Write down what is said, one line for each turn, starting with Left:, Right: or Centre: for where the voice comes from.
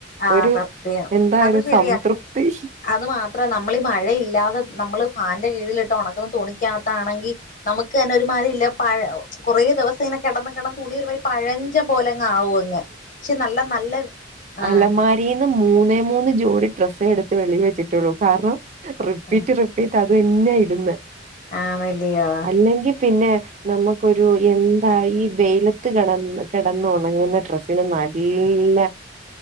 Left: ആ
Right: ഒരു
Left: സത്യം
Right: എന്താ
Left: അത്
Right: ഒരു
Left: ശരിയാ
Right: സംതൃപ്തി
Left: അത് മാ ത്ര നമ്മളി മഴയില്ലാതെ നമ്മള് ഫാന്റെ കീഴിലിട്ട് ഒണക്കുന്നു തുണിക്കകത്താണെങ്കി നമുക്കന്നെ ഒരുമാതിരി ഇല്ല പഴ കൊറേ ദിവസം ഇങ്ങനെ കെടന്ന് കെടന്ന് തുണി ഒരു പഴഞ്ച പോലങ്ങ് ആവുങ്ങ് പക്ഷെ നല്ല നല്ല ആഹ്
Right: അലമാരിന്ന് മൂന്നേ മൂന്ന് ജോടി ഡ്രസ്സേ എടുത്ത് വെളി വെച്ചിട്ടള്ളൂ കാരണം റിപ്പീറ്റ്
Left: ആഹ്
Right: റിപ്പീറ്റ് അത് തന്നെ ഇടുന്നെ
Left: ആണല്ലിയോ
Right: അല്ലെങ്കി പിന്നെ നമുക്കൊരു എന്താ ഈ വെയിലത്ത് കെടന്ന് കെടന്ന് ഒണങ്ങുന്ന ഡ്രസ്സിന് നല്ല